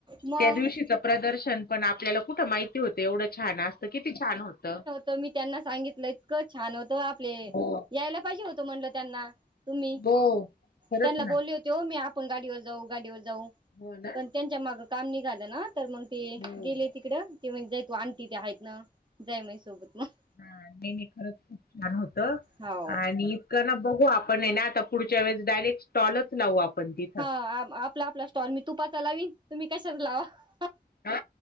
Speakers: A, on the right; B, on the left.
A: मग
B: त्या दिवशीच प्रदर्शन, पण आपल्याला कुठं माहिती होत, एवढं छान असतं, किती छान होतं.
A: तर मी त्यांना सांगितलं इतकं छान होतं, आपले
B: हो
A: यायला पाहिजे होतं म्हणलं त्यांना. तुम्ही,
B: हो खरंच
A: त्यांना
B: ना
A: बोलले होते हो मी आपण गाडीवर जाऊ, गाडीवर जाऊ,
B: हो ना.
A: पण त्यांच्या मागं काम निघालं ना तर मग ते
B: हो.
A: गेले तिकडं, ते म्हणते तो आण तिथे आहेत ना, जाय माय सोबत मग.
B: हा नाही नाही खरच खूप छान होतं,
A: हो
B: आणि क ना बघू आपण हे ना, आता पुढच्या वळेस डायरेक्ट स्टॉलच लावू आपण. तिथं
A: हा आम आपला आपला स्टॉल, मी तुपाचा लावीन, तुम्ही कशान लावा.
B: हा